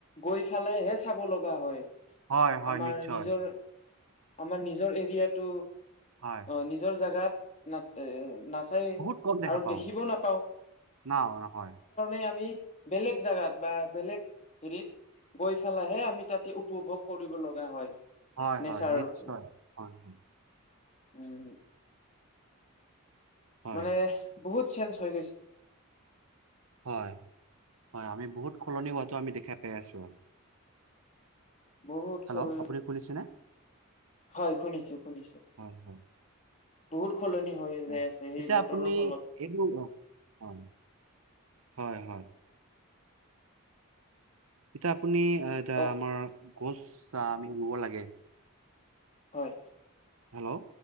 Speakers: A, on the left; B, on the right.
A: গৈ ফালেহে চাব লগা হয়।
B: হয়, হয়
A: আমাৰ
B: নিশ্চয়।
A: নিজৰ আমাৰ নিজৰ এৰিয়াটো,
B: হয়
A: অ' নিজৰ জাগাত নাত-এ-নাচ এ
B: বহুত কম দেখা
A: আৰু
B: পাওঁ
A: দেখিব নাপ
B: না অ' নহয়।
A: য়া আমি বেলেগ জাগাত বা বেলেগ হেৰিত গৈ ফালেহে আমি তাতে উপভোগ কৰিব লগা হয়।
B: হয়,
A: নেচাৰৰটো
B: হয় নিশ্চয়। হয়, হয়।
A: উম।
B: হয়
A: মানে বহুত চেঞ্জ হৈ গৈছে।
B: হয়, হয়, আমি বহুত খলনি হোৱাটো আমি দেখা পাই আছো।
A: বহুত
B: হেল্ল',
A: সলনি
B: আপুনি শুনিছেনে?
A: হয়, শুনিছো, শুনিছো।
B: হয় হয়
A: বহুত খলনি হৈ
B: হয়
A: যাই আছে সেই
B: এতিয়া
A: বতৰৰ
B: আপুনি
A: ফলত।
B: এইবোৰ হয় হয়, হয়। ইটা আপুনি, এ-টা
A: কওক
B: আমাৰ, গছ আমি ৰুব লাগে।
A: হয়।
B: হেল্ল',